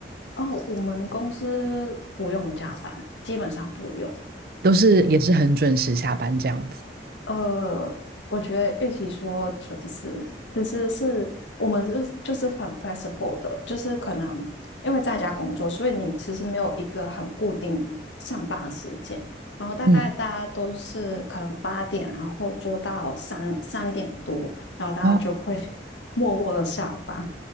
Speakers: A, on the left; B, on the right.
A: 哦，我们公司不用加班，基本上不用。
B: 都是也是很准时下班这样子。
A: 呃，我觉得与其说准时，其实是我们是就是很 flexible 的，就是可能因为在家工作，所以你其实没有一个很固定上班的时间，然后大概大家都是可能八点，
B: 嗯，
A: 然后做到三三点多，然后大家就会
B: 哦，
A: <laughs> 默默的下班。